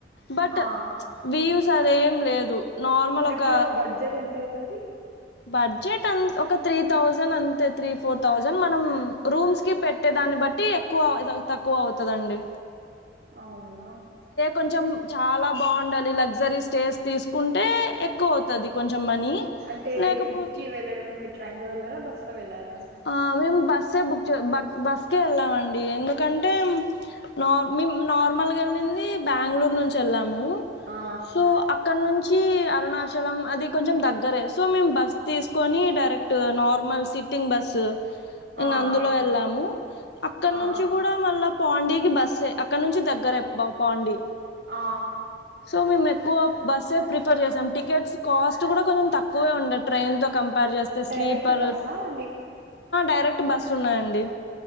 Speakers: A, on the left; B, on the right.
A: బట్
B: ఆ
A: వ్యూస్ అదేం లేదు నార్మల్
B: ట్రిప్
A: ఒక
B: లో బడ్జెట్ ఎంత అయితది
A: బడ్జెట్ అంత ఒక త్రీ థౌసండ్ అంతే త్రీ ఫోర్ థౌసండ్ మనం రూమ్స్ కి పెట్టేదాన్ని బట్టి ఎక్కువ తక్కువ అవుతదండి
B: అవున
A: కొంచెం చాలా బాగుండాలి లగ్జరీ స్టేస్ తీసుకుంటే ఎక్కువ అవుతుంది కొంచెం మనీ
B: అంటే
A: లేకపోతే
B: ట్రిప్కిి వెళ్ళేటప్పుడు మీరు ట్రైన్ లో వెళ్లార బస్లో వెళ్ళార
A: ఆ మేము బస్సే బుక్ బస్కే వెళ్ళామండి ఎందుకంటే నార్ మేము నార్మల్గ వెళ్ళింది బ్యాంగ్ళూరు నుంచి వెళ్ళాం మేము
B: ఆ
A: సో అక్కడ నుంచి అరుణాచలం అది కొంచెం దగ్గరే సో మేమ్ బస్ తీసుకొని direct normal sitting bus ఇంగ
B: ఆ
A: అందులో
B: ఆ
A: వెళ్ళాము అక్కడ
B: ఆ
A: నుంచి కూడ మళ్ళ పాండీకిి బస్సె అక్కడ నుంచి దగ్గరె ప పాండీ
B: ఆ
A: సో మేము ఎక్కువ బస్సే ప్రిఫర్ చేసాం టికెట్స్ కాస్ట్ కూడ కొంచెం తక్కువే ఉండి ట్రైన్ త కంపేర్ చేస్తే
B: డైరెక్ట్
A: స్లీపర్
B: బస్సా అండి
A: డైరెక్ట్ బస్సు ఉన్నాయండి